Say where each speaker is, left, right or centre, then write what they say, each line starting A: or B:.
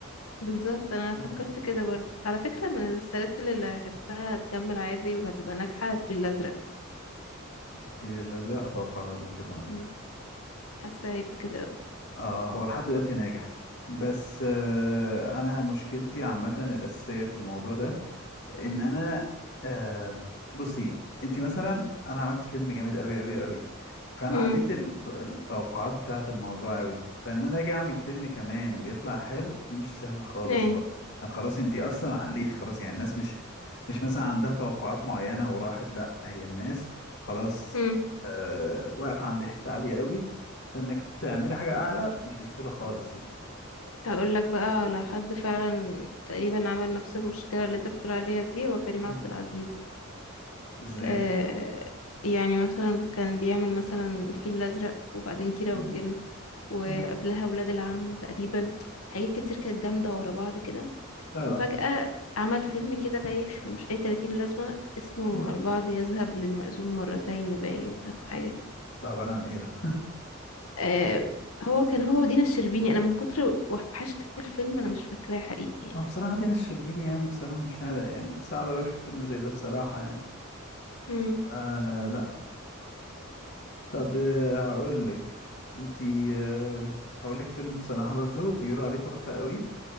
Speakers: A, on the left; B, on the left.
A: بالظبط انا
B: كده
A: فكرت
B: يعني
A: كده برضو على فكرة من السلاسل اللي هحسها هتكمل عادي وهتبقى ناجحة الفيل الازرق
B: الفيل الازرق اتوقع برضه كده اه
A: مم. حاسة هيبقى كده اوي
B: آه، هو لحد دلوقتي ناجح بس آه انا مشكلتي عامه الاساسيه في الموضوع ده ان انا آه بصي انت مثلا انا عملت فيلم جامد قوي قوي قوي فانا
A: امم
B: عليت الت- التوقعات بتاعه الموضوع قوي فان انا اجي اعمل فيلم كمان ويطلع حلو دي مش سهله خالص
A: ايه
B: خالص عشان خلاص انت اصلا عليتي خلاص يعني الناس مش مش مثلا عندها توقعات معينه وراحت لا هي الناس خلاص
A: امم
B: آه واقفه عند حته عاليه قوي فانك تعملي حاجه اعلى مش بسهوله خالص يعني
A: هقول لك بقى على حد فعلا تقريبا عمل نفس المشكلة اللي انت بتقول عليها دي هو كريم
B: مم.
A: عبد العزيز
B: ازاي
A: آه يعني مثلا كان بيعمل مثلا الفيل الازرق وبعدين كيرة
B: مم.
A: والجن وقبلها
B: مم.
A: ولاد العم تقريبا حاجات كتير كانت جامدة ورا بعض كده
B: اه
A: وفجأة عمل فيلم كده بايخ ملوش أي تلاتين لازمة اسمه
B: مم.
A: البعض يذهب للمأذون مرتين باين أو حاجة كده
B: ده عباره عن ايه ده
A: آه هو كان هو ودينا الشربيني أنا من كتر وحشت الفيلم أنا مش فاكراه حقيقي يعني
B: ما بصراحة دينا الشربيني يعني بصراحة مش عارف يعني صعب أوي أشوف فيلم زي ده بصراحة يعني
A: مم.
B: آه لا طب آه، هقولك انتي آه هقولك فيلم بصراحة برضو بيقولوا عليه تحفة قوي